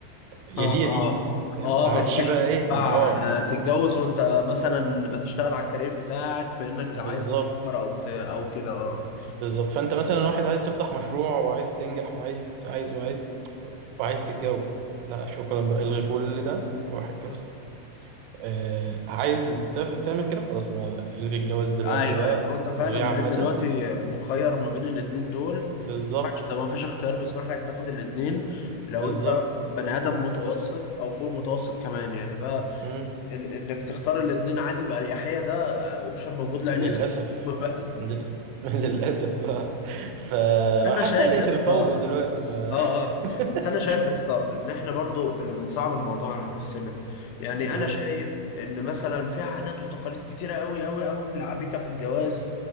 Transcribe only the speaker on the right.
يا
دي يا دي
فاهم؟
ما عادش
بقى
ايه اه
بالظبط
بالظبط فانت مثلا واحد عايز تفتح مشروع وعايز تنجح وعايز عايز وعايز وعايز تتجوز لا شكرا بقى الغي كل ده وروح اتجوز
آه عايز تف- تعمل كده خلاص ما الغي الجواز دلوقتي
بقى
والغيه
عامة
بالظبط
بالظبط
مم.
للأسف
آه، ل- <laughs> للأسف آه. فحتى
آلية
القوم دلوقتي ما
<laughs>
مم.